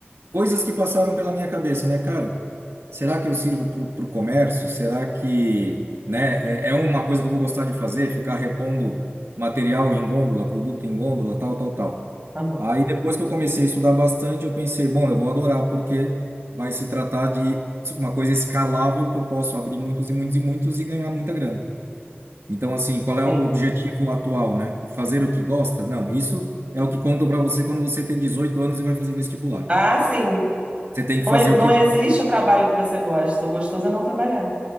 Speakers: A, on the right (about 80°); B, on the right (about 30°).
A: coisas que passaram pela minha cabeça, né, cara? Será que eu sirvo para o comércio? Será que, né, é, é uma coisa que eu vou gostar de fazer, ficar repondo material em gôndola, produto em gôndola, tal, tal, tal.
B: aham,
A: Aí depois que eu comecei a estudar bastante, eu pensei, bom, eu vou adorar porque vai se tratar de uma coisa escalável que eu posso abrir muitos e muitos e muitos e ganhar muita grana. Então, assim, qual é
B: sim.
A: o objetivo atual, né? Fazer o que gosta? Não, isso é o que contam para você quando você tem 18 anos e vai fazer vestibular.
B: Ah, sim.
A: Você tem que
B: Não,
A: fazer
B: e- não
A: o que
B: existe o trabalho que você gosta. O gostoso é não trabalhar.